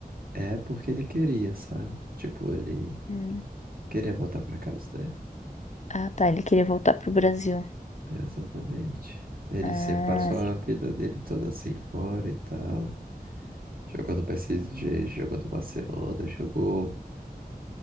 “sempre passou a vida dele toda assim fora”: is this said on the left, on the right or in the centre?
Right